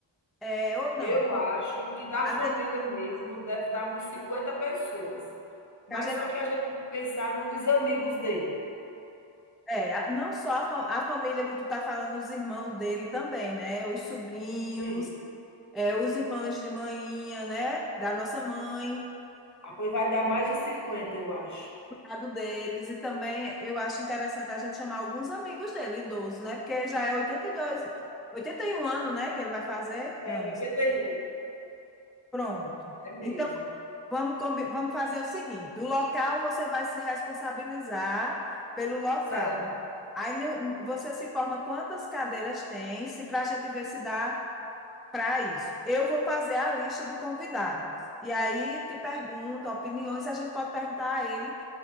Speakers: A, in the centre; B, on the left.
A: é, ou não?
B: Eu
A: Porque
B: acho que da
A: a
B: família
A: gente,
B: mesmo deve dar uns 50 pessoas, mas
A: a gente-
B: só que a gente tem que pensar nos amigos dele.
A: é, a- não só a, fa- a família que tu tá falando, os irmãos dele também, né? Os sobrinhos,
B: Sim,
A: é, os irmãos de manhinha, né? Da nossa mãe.
B: ah, pois vai dar mais de 50, eu acho.
A: mercado deles e também eu acho interessante a gente chamar alguns amigos dele, idosos, né? Porque já é oitenta oitenta e dois oitenta e um anos, né? Que ele vai fazer anos.
B: É 81,
A: Pronto.
B: é mesmo.
A: Então, vamos, combi- vamos fazer o seguinte: o local você vai se responsabilizar pelo local,
B: Certo,
A: né? Aí no- você se informa quantas cadeiras tem, se para a gente ver se dá para isso. Eu vou fazer a lista de convidados. E aí te pergunto opiniões, a gente pode perguntar a ele